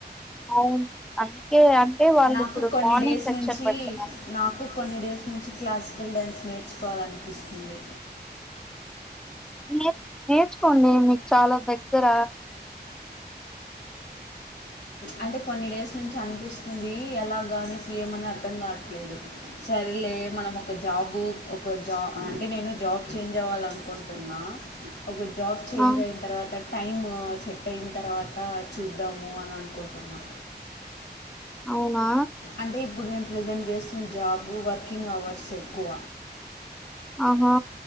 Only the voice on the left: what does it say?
నాకు
కొన్ని
డేస్
నుంచి
నాకు కొన్ని డేస్ నుంచి క్లాస్ బల్ డ్యాన్స్ నేర్చుకోవాలనిపిస్తుంది
అంటే కొన్ని డేస్ నుంచి అనిపిస్తుంది ఎలాగానేసి ఏమని అర్థం కావట్లేదు సరేలే మనం ఒక జాబు ఒక జా అంటే నేను జాబ్ ఛేంజ్ అవ్వాల అనుకుంటున్నా ఒక జాబ్ చేంజ్
అయిన తర్వాత టైము సెట్ అయిన తర్వాత చూద్దాము అని అనుకుంటున్నా
అంటే ఇప్పుడు నేను ప్రజెంట్ చేస్తున్న జాబు, వర్కింగ్ అవర్స్ ఎక్కువ.